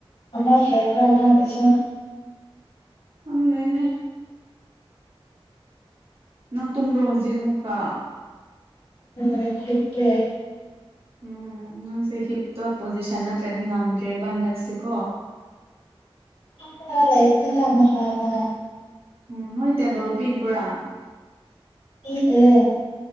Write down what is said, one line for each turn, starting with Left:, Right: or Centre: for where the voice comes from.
Left: ꯑꯃ ꯍꯦꯟꯗꯔꯥ ꯅꯪꯒꯤꯁꯤ
Right: ꯈꯪꯗꯦꯅꯦ ꯅꯪ ꯇꯨꯝꯕ꯭ꯔꯣ ꯍꯧꯖꯤꯛ ꯃꯨꯛꯀ
Left: ꯅꯪ ꯍꯤꯞꯀꯦ
Right: ꯎꯝ ꯅꯪꯁꯦ ꯍꯤꯞꯇꯣ ꯄꯣꯖꯤꯁꯟ ꯅꯠꯇ꯭ꯔꯗꯤ ꯉꯝꯗ꯭ꯔꯦꯕ ꯍꯟꯗꯛꯁꯤꯀꯣ
Left: ꯈꯔꯥ ꯂꯩꯕꯅꯤꯗ ꯅꯍꯥꯟꯅꯥ
Right: ꯎꯝ ꯅꯣꯏ ꯇꯦꯕꯜ ꯄꯤꯕ꯭ꯔꯥ
Left: ꯄꯤꯗꯦ